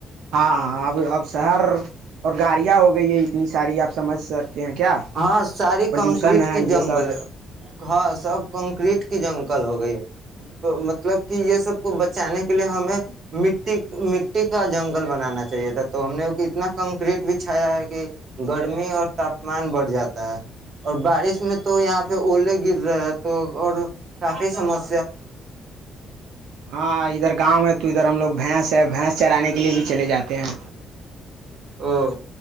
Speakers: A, on the right; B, on the right.
A: ہاں اب اب شہر اور گاڑیاں ہو گئی ہے اتنی ساری آپ سمجھ سکتے ہیں کیا
B: ہاں ساری
A: پولوشن
B: کنکریٹ
A: ہے
B: کی
A: یہ
B: جنگل
A: سب
B: ہے ہاں سب کنکریٹ کی جنگل ہو گئی مطلب کہ یہ سب کو بچانے کا لیے ہمیں مٹی مٹی کا جنگل بنانا چاہیے تھا تو ہم نے اتنا کنکریٹ بھی چھایا ہے کہ گرمی اور تاپ مان بڑھ جاتا ہے اور بارش میں تو یہاں پہ اولے گر رہے ہے تو اور کافی سمس
A: ہاں ادھر گاؤں ہے تو ادھر ہم لوگ بھینس بھینس چرانے کے لیے بھی چلے جاتے ہیں
B: ہاں